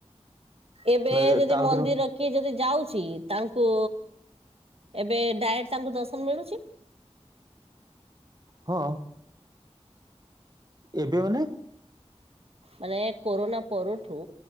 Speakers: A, on the right (about 60°); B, on the right (about 35°).
A: ଏବେ
B: ନା ଏ-
A: ଯଦି
B: ତା
A: ମନ୍ଦିର
B: ଭିତରୁ
A: କିଏ ଯଦି ଯାଉଛି ତାଙ୍କୁ ଏବେ ଡାଇରେକ୍ଟ ତାଙ୍କୁ ଦର୍ଶନ ମିଳୁଛି।
B: ହଁ। ଏବେ ମାନେ
A: ମାନେ କୋରୋନା ପରଠୁ